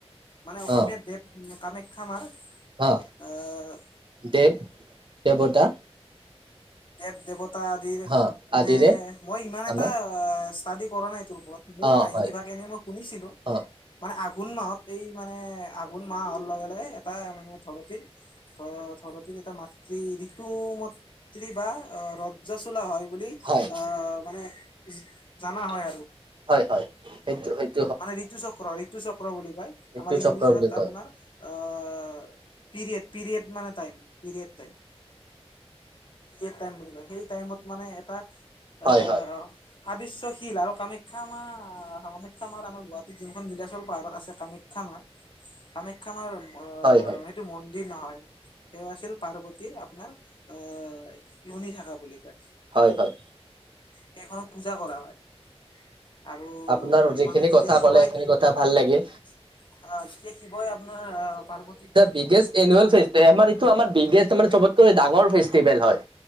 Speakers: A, on the left; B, on the right.
A: মানে অসমীয়া
B: অ
A: দেৱ কামাখ্যামাৰ
B: অ
A: এ'
B: দেৱ, দেৱতা
A: দেৱ দেৱতা আদিৰ
B: অ
A: মানে
B: আদিৰে
A: মই ইমান এটা
B: আমাৰ
A: ষ্টাডি কৰা নাই এইটোৰ ওপৰত। মূল
B: অ
A: কাহিনী
B: হয়
A: ভাগ এনেই মই শুনিছিলো।
B: অ
A: মানে আঘোণ মাহত এই মানে আঘোণ মাহ হোৱাৰ লগে লগে এটা মানে ধৰতিৰ- ত ধৰতিৰ এটা মাতৃ ঋতু মত- স্ত্ৰী বা ৰজ্জা চোলা হয় বুলি
B: হয়
A: আহ মানে জানা হয় আৰু।
B: হয় হয়, সেইটো সেইট-
A: মানে ঋতু চক্ৰ ঋতু চক্ৰ বুলি কয়।
B: সেইটো
A: আমাৰ ইংলিছত
B: চক্ৰ বুলি কয়
A: আপোনাৰ- অ পিৰিয়েড পিৰিয়েড মানে time period time. Period time বুলি কয় সেই টাইমত মানে এটা-
B: হয়
A: অ'
B: হয়
A: সাবিশ্যশীল আৰু কামাখ্যা মা- কামাখ্যা মাৰ আমাৰ গুৱাহাটীত যোনখন নীলাচল পাহাৰত আছে কামাখ্যা মা- কামাখ্যা মাৰ অ'
B: হয় হয়
A: সেইটো মন্দিৰ নহয়। তেওঁ আছিল পাৰ্বতীৰ আপোনাৰ আহ ইয়নি থাকা বুলি কয়।
B: হয় হয়।
A: সেইখনক পূজা কৰা হয়। আৰু-
B: আপোনাৰ যিখিনি
A: মানে যেতিয়া
B: কথা
A: শিৱই
B: ক'লে সেইখিনি কথা ভাল লাগিল
A: আহ যেতিয়া শিৱই আপোনাৰ আহ পাৰ্বতীক-
B: বিগেচ এনুৱেল ফেষ্টে আমাৰ এইটো আমাৰ বিগেচ মানে চবতকৈ ডঙৰ ফেষ্টিভেল হয়।